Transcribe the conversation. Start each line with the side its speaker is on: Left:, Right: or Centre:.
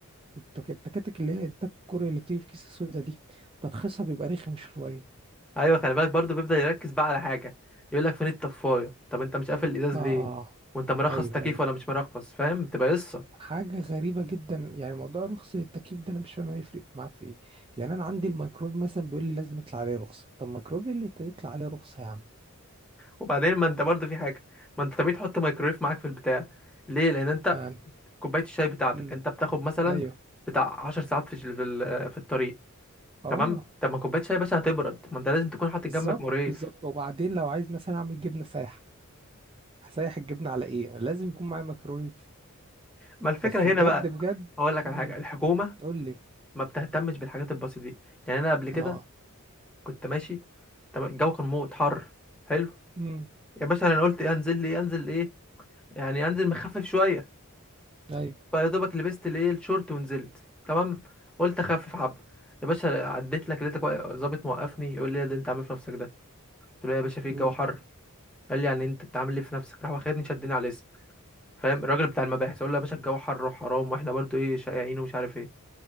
Right: التك- التكاتك اللي هي انتاج كوريا اللي بتيجي في كيس السودا دي ترخيصها بيبقى رخم شويه
Centre: ايوه خلي بالك برضه بيفضل يركز بقى على حاجه يقول لك فين الطفايه طب انت مش قافل الازاز
Right: اه
Centre: ليه وانت مرخص
Right: ايوه
Centre: تكييف
Right: ايوه
Centre: ولا مش مرخص فاهم تبقى قصه
Right: حاجه غريبه جدا يعني موضوع رخص التكييف ده انا مش فاهم هيفرق معاه في ايه يعني انا عندي الميكرويف مثلا بيقول لي لازم يطلع عليه رخصه طب الميكرويف إيه اللي يطلع عليه رخصه يا عم
Centre: وبعدين ما انت برضه في حاجه ما انت طبيعي تحط ميكرويف معاك في البتاع ليه لان انت
Right: ما أنت-
Centre: كوبايه الشاي بتاعتك
Right: مم.
Centre: انت بتاخد مثلا
Right: ايوه
Centre: بتاع 10 ساعات في ال- في ال- في الطريق
Right: اه
Centre: تمام طب ما كوبايه شاي يا باشا هتبرد ما انت لازم تكون حاطط
Right: بالظبط
Centre: جنبك مريف
Right: بالظبط وبعدين لو عايز مثلا اعمل جبنه سايحه هسيح الجبنه على ايه لازم يكون معايا ميكرويف
Centre: ما الفكره
Right: بس
Centre: هنا
Right: بجد
Centre: بقى
Right: بجد
Centre: هقول لك على
Right: امم
Centre: حاجه الحكومه
Right: قول لي
Centre: ما بتهتمش بالحاجات البسيطه دي يعني انا قبل كده
Right: اه
Centre: كنت ماشي طب الجو كان موت حر حلو
Right: امم
Centre: يا باشا انا قلت ايه انزل لي ايه انزل ايه يعني انزل مخفف شويه
Right: ايوه
Centre: فيا دوبك لبست الايه الشورت ونزلت تمام قلت اخفف حبه يا باشا عديت لك لقيتك واقف- ظابط موقفني يقول لي إيه اللي انت عامل إيه في نفسك ده قلت له يا باشا في الجو
Right: امم
Centre: حر قال لي يعني انت انت عامل ايه في نفسك راح واخدني شدني على الاسم فاهم الراجل بتاع المباحث اقول له يا باشا الجو حر وحرام واحنا برضو ايه شقيانين ومش عارف ايه